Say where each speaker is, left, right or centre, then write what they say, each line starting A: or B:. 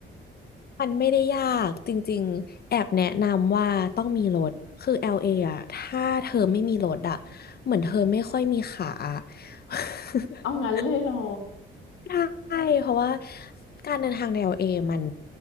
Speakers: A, on the left (about 50°); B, on the left (about 80°).
A: มันไม่ได้ยากจริงๆแอบแนะนำว่าต้องมีรถคือ LA อ่ะถ้าเธอไม่มีรถอะเหมือนเธอไม่ค่อยมีขาอะ <laughs>
B: เอางั้นเลยเหรอ
A: ใช่เพราะว่าการเดินทางในว a มัน